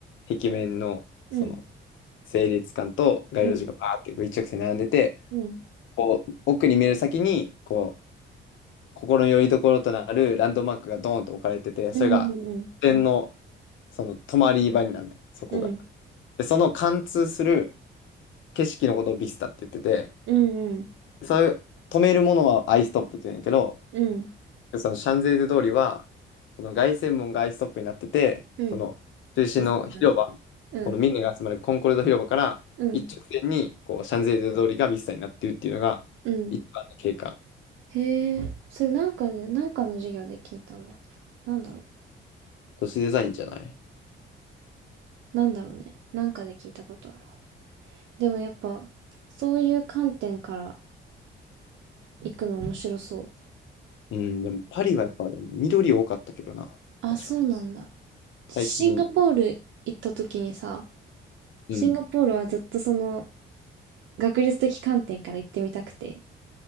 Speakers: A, on the left; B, on the right.
A: う、壁面の、
B: うん。
A: その、整列管と街路樹がバーってこう一直線に並んでて、
B: うん。うん。
A: こう奥に見える先にこう心の拠り所となるランドマークがドーンと置かれてて、
B: うん。
A: それが点のその止まり場になるのよ、そこが。
B: うん。うん。
A: で、その貫通する景色のことをビスタって言ってて、
B: うん。うん。
A: そういう止めるものはアイストップって言うんやけど、
B: うん。
A: そのシャンゼリゼ通りは、その凱旋門がアイストップになってて、
B: うん
A: その中心の広場、
B: リストなんだ。うん。
A: このミんネが集まるコンコルド広場から一直線にこうシャンゼリゼ通りがビスタになっているっていうのが一番の経過。
B: うん。うん。へえ。それなんかで、なんかの授業で聞いたな。なんだろ
A: 都市デザインじゃない。
B: う。なんだろうね。なんかで聞いたことあるわ。でもやっぱ、そういう観点から行くの面白そう。
A: うん、でもパリはやっぱ緑多かったけどな。
B: あ、
A: 確かに。
B: そうなんだ。シンガポール行った時にさ、
A: 最近、うん、
B: シンガポールはずっとその学術的観点から行ってみたくて